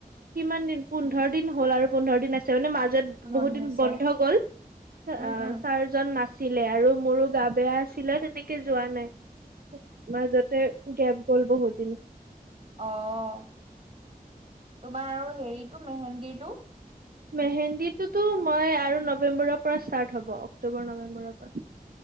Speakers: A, on the right (about 70°); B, on the right (about 40°).
A: কিমান দিন পোন্ধৰ দিন হ'ল আৰু পোন্ধৰ দিন আছে মানে মাজত
B: পোন্ধৰ
A: বহুত দিন
B: আছে।
A: বন্ধ গ'ল, আহ
B: উম, উম,
A: চাৰ জন নাছিলে আৰু মোৰো গা বেয়া আছিলে তেনেকে যোৱা নাই মাজত। গেপ গল বহুদিন।
B: অঁ, তোমাৰ আৰু হেৰিটো মেহেন্দিৰটো?
A: মেহেন্দীটোতো মই আৰু নৱেম্বৰৰ পৰা ষ্টাৰ্ট হ'ব, অক্টোবৰ নৱেম্বৰৰ পৰা।